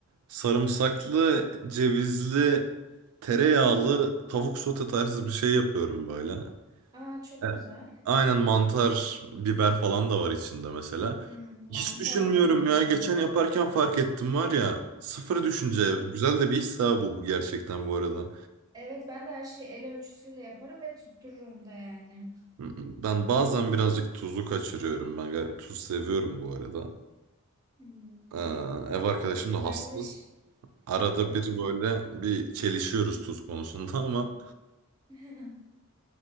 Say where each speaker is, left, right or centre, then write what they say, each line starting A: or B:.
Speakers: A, on the right; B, on the right.
A: sarımsaklı, cevizli, tereyağlı tavuk sote tarzı bir şey yapıyorum böyle.
B: Aa çok
A: E,
B: güzel.
A: aynen mantar, biber falan da var içinde mesela.
B: Hmm,
A: Hiç
B: mantara
A: düşünmüyorum
B: bayılırım
A: ya. Geçen
B: bu arada.
A: yaparken fark ettim var ya. Sıfır düşünce.
B: Hı hı.
A: Güzel de bir his ha bu bu gerçekten bu arada.
B: Evet ben de her şeyi el ölçüsüyle yaparım ve tuttururum da yani.
A: Ben bazen birazcık tuzu kaçırıyorum. Ben gay- tuz seviyorum bu arada.
B: Hmm.
A: Ee, ev arkadaşım da
B: Ben
A: hassas.
B: de ş-
A: Arada
B: ha.
A: bir böyle bir çelişiyoruz tuz konusunda ama.
B: <laughs>